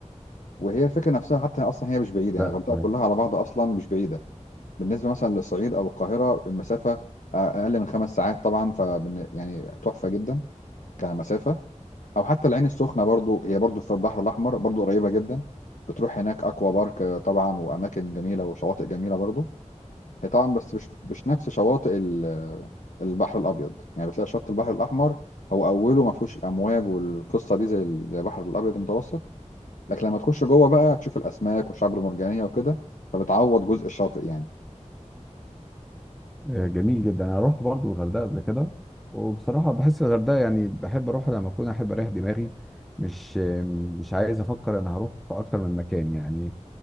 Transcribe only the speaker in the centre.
لا
كويس
آه، جميل جدا انا رحت برضو الغردقه قبل كده وبصراحه بحس الغردقه يعني بحب اروح لما اكون احب اريح دماغي مش آه، مش عايز افكر انا هروح في اكتر من مكان يعني